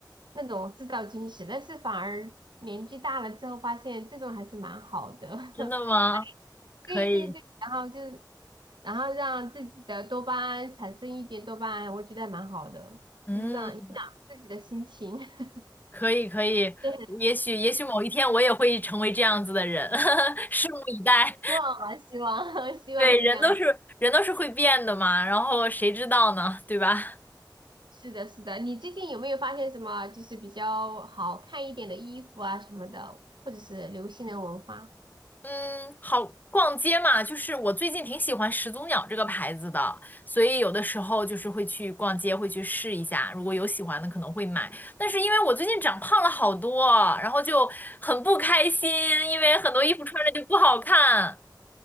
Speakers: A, on the right (about 80°); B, on the left (about 25°).
A: 那种制造惊喜，但是反而年纪大了之后发现这种还是蛮好的，
B: 真的吗？
A: <laughs>
B: 可以，
A: 对对对，然后就然后让自己的多巴胺产生一点多巴胺，我觉得还蛮好的，
B: 嗯。
A: 就是这样影响自己的心情，<laughs>
B: 可以可以，
A: 对，
B: 也许也许某一天我也会成为这样子的人，<laughs> 拭目以待。
A: 希望吧，希望 <laughs> 希望是这样子。
B: 对，人都是人都是会变的嘛，然后谁知道呢，对吧？
A: 是的，是的。你最近有没有发现什么就是比较好看一点的衣服啊什么的，或者是流行的文化
B: 嗯，好，逛街嘛，就是我最近挺喜欢始祖鸟这个牌子的，所以有的时候就是会去逛街，会去试一下，如果有喜欢的可能会买。但是因为我最近长胖了好多，然后就很不开心，因为很多衣服穿着就不好看。